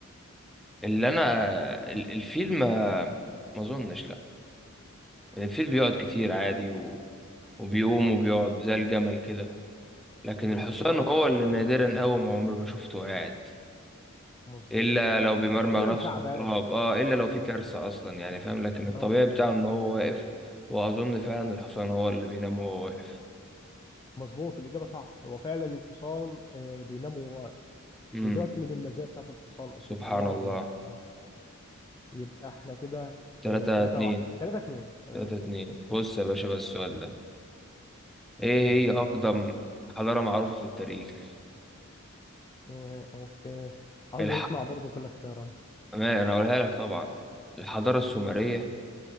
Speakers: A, in the centre; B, on the left.
A: اللي انا ال- الفيل ما ما اظنش لا الفيل بيقعد كتير عادي و... وبيقوم وبيقعد زي الجمل كده لكن
B: مظبوط
A: الحصان هو اللي نادرا قوي ما عمري ما شفته قاعد
B: مظبوط
A: الا لو بيمرمغ
B: الا
A: نفسه
B: لو تعبان
A: في التراب اه الا لو في
B: اه
A: كارثه اصلا يعني فاهم لكن الطبيعي
B: اه
A: بتاعه ان هو واقف واظن فعلا الحصان هو اللي بينام وهو واقف
B: مظبوط الاجابه صح هو فعلا الحصان آه بينام وهو واقف
A: امم
B: ودوت من المزايا بتاعت الحصان
A: سبحان
B: اساسا لو ما
A: الله
B: بين اه يبقى احنا كده
A: 3
B: آه 3
A: 2
B: 1 3 2 3
A: 3
B: 2
A: 2
B: اوكي
A: بص يا باشا بس السؤال ده ايه هي اقدم حضاره معروفه في التاريخ
B: إيه، اوكي عاوز
A: الح...
B: اسمع برضك الاختيارات
A: ما انا هقولها لك طبعا الحضاره السومريه